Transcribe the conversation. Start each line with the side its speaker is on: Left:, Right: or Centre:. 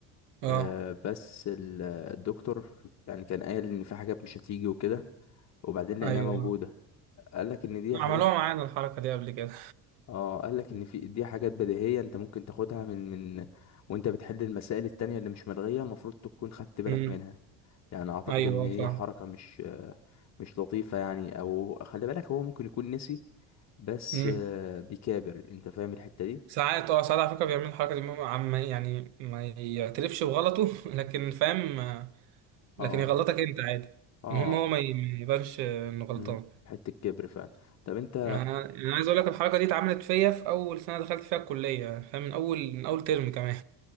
Right: اه
Left: آه، بس ال- الدكتور يعني كان قايل إن في حاجات مش هتيجي وكده وبعدين لقيناها
Right: ايوه
Left: موجودة قال لك إن دي حاجات
Right: عملوها معانا الحركة دي قبل كده
Left: اه قال لك ان في دي حاجات بديهيه انت ممكن تاخدها من من وانت بتحل المسائل التانية اللي مش ملغيه المفروض تكون خدت بالك
Right: امم
Left: منها يعني اعتقد
Right: ايوه
Left: ان هي
Right: فاهم
Left: حركه مش مش لطيفه يعني او خلي بالك هو ممكن يكون نسي بس
Right: امم
Left: آه، بيكابر انت فاهم الحته دي
Right: ساعات اه ساعات على فكرة بيعملوا الحركة دي المهم عم يعني ما يعترفش بغلطه <laughs> لكن فاهم آه،
Left: اه
Right: لكن يغلطك انت عادي
Left: اه
Right: المهم هو ما ي- ما يبانش آه، انه غلطان
Left: امم حته كبر فعلا طب انت
Right: انا أنا عايز اقول لك الحركه دي اتعملت فيا في اول سنه دخلت فيها الكليه فاهم من اول من اول ترم كمان